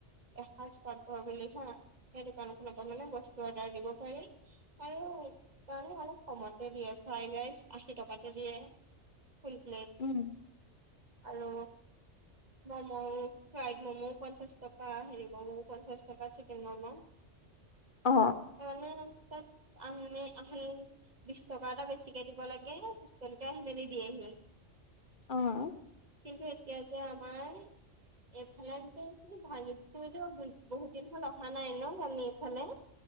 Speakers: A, on the right; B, on the left.
A: এসাজ পাতঘৰ বুলি থও, সেই দোকান খনৰ পৰা মানে বস্তু আৰু সেয়া দিব পাৰি, আৰু ত অলপ কমতে দিয়ে ফ্ৰাইড ৰাইচ। আশী টকাকে দিয়ে, ফুল প্লেট
B: উম
A: আৰু ম'ম ফ্ৰাইড ম'ম পঞ্চাছ টকা হেৰি ম'ম পঞ্চাছ টকা চিকেন ম'ম।
B: অ
A: আৰু এনে তাত আহি আহি বিশ টকা এটা বেছিকে দিব লাগে। হোষ্টলতে আহি মেলি দিয়েহি।
B: অহ
A: কিন্তু এতিয়া যে আমাৰ এইফালে গোটেখিনি ভাঙি দিছে তুমিটো বহুত দিন হ'ল অহা নাই নহ কানি এইফালে